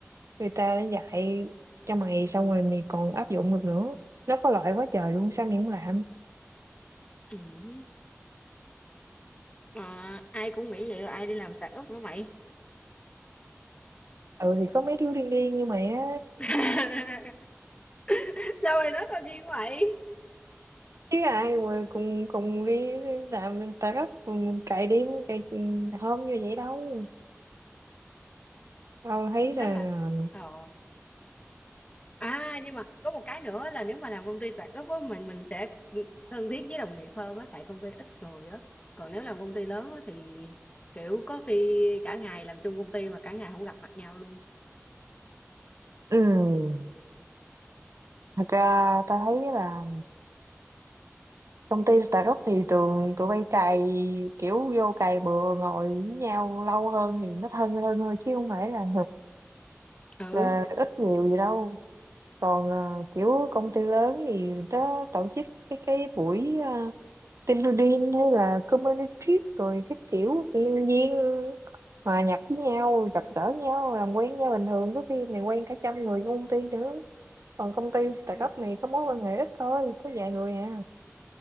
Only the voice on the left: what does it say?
ừ. mà ai cũng nghĩ vậy ai đi làm sạc ốc nữa mày
<laughs> sao mày nói tao đi vậy
đó
là
ờ à nhưng mà có một cái nữa là nếu mà làm công ty sạc ốc á mình mình sẽ thân thiết với đồng nghiệp hơn á tại công ty ít người á còn nếu làm công ty lớn á thì kiểu có khi cả ngày làm chung công ty mà cả ngày không gặp mặt nhau luôn
ừ
quen,